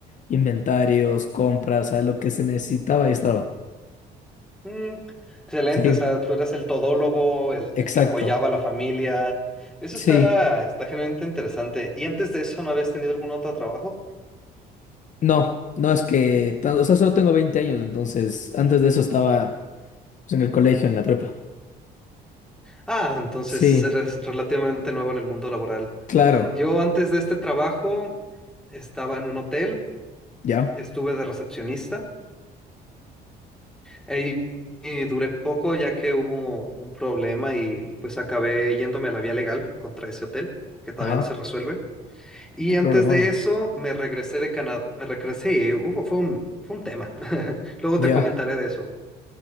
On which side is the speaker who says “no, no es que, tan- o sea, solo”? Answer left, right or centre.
Left